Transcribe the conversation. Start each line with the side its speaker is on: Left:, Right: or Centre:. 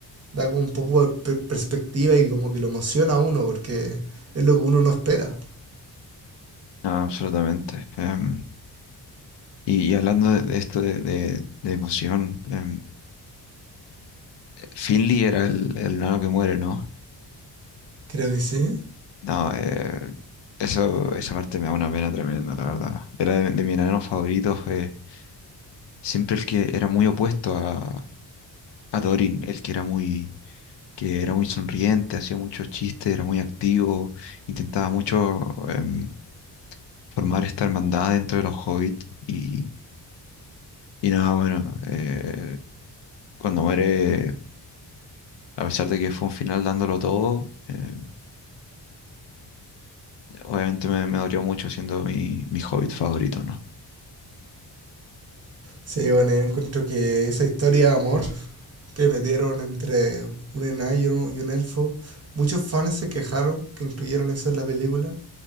Right: da como un poco de per- perspectiva y como que lo emociona a uno porque es lo que uno no espera.
Left: Ah, absolutamente. Em, y, y hablando de, de esto de, de- de emoción, em, Finley era el, el nano que muere, ¿no?
Right: Creo que sí.
Left: No, eh, eso, esa parte me da una pena tremenda, la verdad. Era de, de mis enanos favoritos, eh, siempre el que era muy opuesto a, a Dorin, el que era muy, que era muy sonriente, hacía muchos chistes, era muy activo, intentaba mucho em, formar esta hermandad dentro de los hobbits y, y nada, bueno, eh, cuando muere, a pesar de que fue un final dándolo todo, eh, obviamente me, me dolió mucho siendo mi, mi hobbit favorito, ¿no?
Right: Sí, bueno, yo encuentro que esa historia de amor que metieron entre un enano y un, y un elfo, muchos fans se quejaron que incluyeran eso en la película,